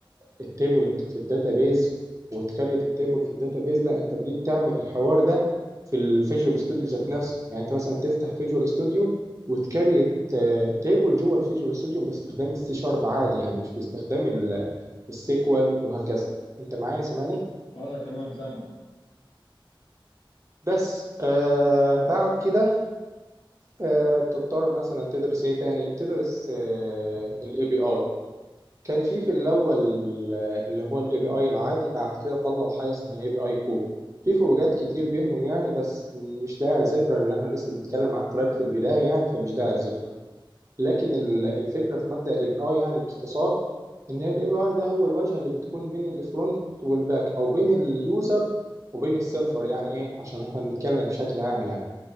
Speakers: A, on the right (about 35°); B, on the left (about 75°).
A: التيبل في الداتابيز وتكريت التيبل في الداتابيز لا انت بجيت تعمل الحوار ده في الفيجوال ستوديو ذات نفسه يعني انت مثلا تفتح فيجوال ستوديو وتكريت تيبل جوه الفيجوال ستوديو باستخدام السي شارب عادي يعني مش باستخدام ال- السيكوال وهكذا انت معايا سامعني
B: اه تمام سامع
A: بس آه بعد كده آه تضطر مثلا تدرس ايه تاني تدرس آه الاي بي اي كان في في الاول آه، اللي هو الاي بي اي العادي بعد كده طلعوا حاجه اسمها اي بي اي كور في فروقات كتير بينهم يعني بس مش داعي لذكرى لان احنا لسه بنتكلم على التراك في البدايه يعني فمش داعي لذكرى لكن ال- الفكره في مبدا الاي بي اي يعني باختصار ان الاي بي اي ده هو الواجهه اللي بتكون بين الفرونت والباك او بين اليوزر وبين السيرفر يعني ايه عشان احنا بنتكلم بشكل عام يعني